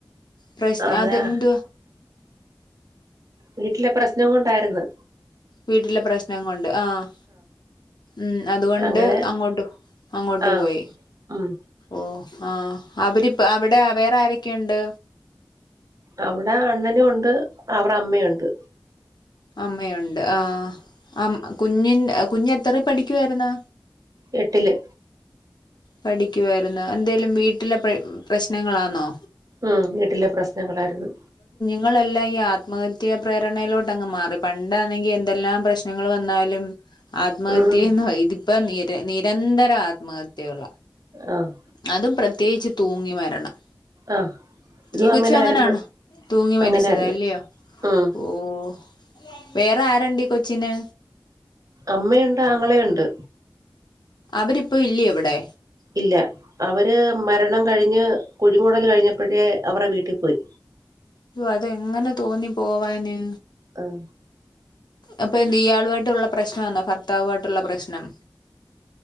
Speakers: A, on the left; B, on the right.
A: പ്രശ്
B: അതാ
A: അതെന്തുവാ
B: വീട്ടിലെ പ്രശ്നം കൊണ്ടാരുന്ന്.
A: വീട്ടിലെ പ്രശ്നം കൊണ്ട് ആഹ് ഉം അതുകൊണ്ട്
B: അങ്ങനെ
A: അങ്ങോട്ട് അങ്ങോട്ട്
B: ആഹ്
A: പോയി.
B: ഉം
A: ഓഹ് ആഹ് അവരിപ്പ അവിടെ വേറെ ആരൊക്കെയൊണ്ട്?
B: അവിടെ അണ്ണനും ഒണ്ട് അവറെ അമ്മേയൊണ്ട്.
A: അമ്മയൊണ്ട്. ആഹ് കുഞ്ഞിൻ കുഞ്ഞ് എത്രയീ പഠിക്കുവാരുന്ന്?
B: എട്ടില്.
A: പഠിക്കുവാരുന്നു. എന്തേലും വീട്ടിലെ പ്ര പ്രശ്നങ്ങളാന്നോ?
B: ആഹ് വീട്ടിലെ പ്രശ്നങ്ങളാരുന്നു.
A: ഇങ്ങളെല്ലാം ഈ ആത്മഹത്യാ പ്രേരണയിലോട്ടങ്ങ് മാറി. പണ്ടാണെങ്കി എന്തെല്ലാം പ്രശ്നങ്ങൾ വന്നാലും ആത്മഹത്യയേന്നോ
B: ഉം
A: ഇതിപ്പോ നിര നിരന്തരം ആത്മഹത്യകളാ.
B: ആഹ്
A: അതും പ്രത്യേകിച്ച് തൂങ്ങി മരണം.
B: ആഹ് ഇതും
A: ഈ കൊച്ചും
B: അങ്ങനായിരുന്നു
A: അങ്ങനാണോ? തൂങ്ങി മരിച്ചതായില്യോ?
B: അങ്ങനായിരുന്നു ഉം
A: ഓഹ് വേറെ ആരൊണ്ടീകൊച്ചിന്?
B: അമ്മയൊണ്ട് ആങ്ങളെയൊണ്ട്.
A: അവരിപ്പോ ഇല്യോ ഇവിടെ?
B: ഇല്ല. അവര് മരണം കഴിഞ്ഞ് കുഴിമുടല് കഴിഞ് ഞപ്പഴേ അവരെ വീട്ടി പോയി.
A: ഓഹ് അതെങ്ങനെ തോന്നി പോവാന്?
B: ഉം
A: അപ്പൊയെന്ത് ഇയാളുമായിട്ടുള്ള പ്രശ്നം ആന്നോ? ഭർത്താവുമായിട്ടുള്ള പ്രശ്നം?